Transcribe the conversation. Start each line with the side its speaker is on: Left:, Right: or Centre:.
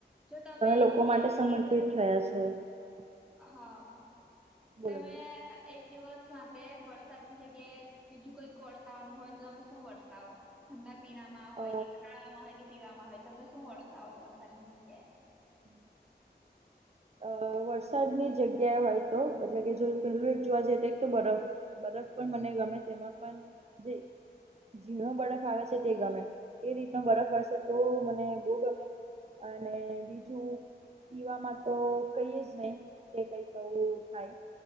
Centre: જો તમે
Right: લોકો માટે
Centre: એક
Right: સમર્પિત
Centre: દિવસ
Right: થયા છો?
Centre: હા
Right: બોલો
Centre: તમે
Right: બોલો
Centre: એક દિવસ માટે વરસાદની જગ્યાએ. બીજું કઈક વરસાવવાનું હોય તો તમે શું વરસાવો. ઠંડા પીણામાં હોય
Right: અ
Centre: કે ખાવામાં હોય કે પીવામાં હોય તમે શું વરસાવો વરસાદની જગ્યાએ.
Right: <unintelligible> અ વરસાદની જગ્યાએ હોય તો મતલ કે જો પેલું એક જોવા જઈએ તો એક તો બરફ. બરફ પણ મને ગમે તેમાં પણ જે. ઝીણો બરફ આવે છે તે ગમે એ રીતનો બરફ પડશે તો મને બહુ ગમે. અને બીજું પીવામાં. તો કઈ જ નહી કે કઈકવું થાય